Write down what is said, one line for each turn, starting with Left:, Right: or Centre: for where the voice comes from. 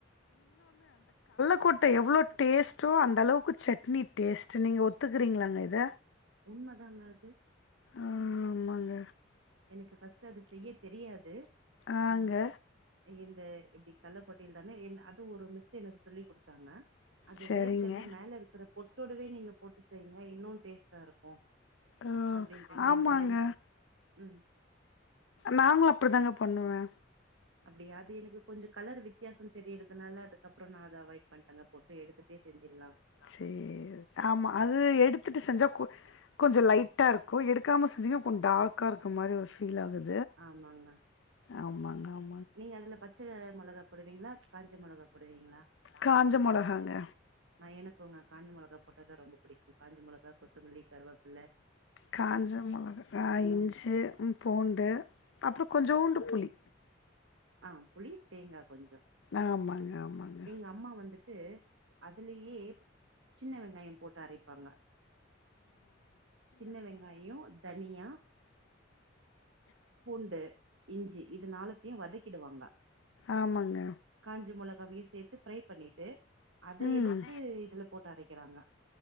Left: க்கொட்ட எவ்வளோ டேஸ்ட்டோ அந்த அளவுக்கு சட்னி டேஸ்ட் நீங்க ஒத்துக்கிறீங்களாங்க இத
Right: உண்மதாங்க அது
Left: ஆஹ் ஆமாங்க
Right: எனக்கு ஃபஸ்ட்டு அது செய்ய தெரியாது
Left: ஆங்க
Right: அ இந்த இப்டி கட்லக்கொட்டல தானே என் அதுவு ஒரு மிஸ் எனக்கு சொல்லி குடுத்தாங்க அது
Left: சரிங்க.
Right: வேர்க்கடல மேல இருக்கிற பொட்டோடவே நீங்க போட்டு செய்ங்க இன்னு டேஸ்டா இருக்கும்
Left: ஓ!
Right: அப்படின்ட்டுன்னு
Left: ஆமாங்க.
Right: ஒரு ரெண் உம்
Left: நாங்களு அப்பிடி தாங்க பண்ணுவே
Right: அப்பிடியா அது எனக்கு கொஞ்சோ கலர் வித்தியாசோ தெரியிறதுனால அதுக்கப்றோ நான் அத அவாய்ட் பண்ணிட்டேங்க பொட்டு எடுத்துட்டே செஞ்சிடலாம்
Left: சேரி ஆமா அது எடுத்துட்டு செஞ்சா கொஞ் - கொஞ்சோ லைட் ட்டா இருக்கு. எடுக்காம செஞ்சீங்கன்னா கொஞ்ச டார்க்கா இருக்க மாரி ஒரு ஃபீல் ஆகுது
Right: ஆமாங்க
Left: ஆமாங்க ஆம்
Right: நீங்க அதுல பச்ச மொளகா போடுவீங்களா காஞ்ச மொளகா போடுவீங்களா
Left: காஞ்ச மொளகாங்க
Right: நா எனக்கு உங்க காஞ்ச மொளக போட்டாதா ரொம்ப பிடிக்கு காஞ்சி மொளகா கொத்தமல்லி கருவாப்பிள்ள
Left: காஞ்ச மொளக இஞ்சி பூண்டு அப்றோ கொஞ்சோண்டு புளி
Right: ஆஹ் புளி தேங்கா கொஞ்சோ
Left: ஆமாங்க ஆமாங்க
Right: எங்க அம்மா வந்துட்டு அதுலேயே சின்ன வெங்காயம் போட்டு அரைப்பாங்க சின்ன வெங்காயோ தனியா பூண்டு இஞ்சி இதுனாலத்தையு வதக் டுவாங்க
Left: ஆமாங்க
Right: காஞ்ச மொளகாவையும் சேர்த்து பிரய் பண்ணிட்டு அத
Left: ம்
Right: எடுத்து இதுல போட்டு அரைக்கிறாங்க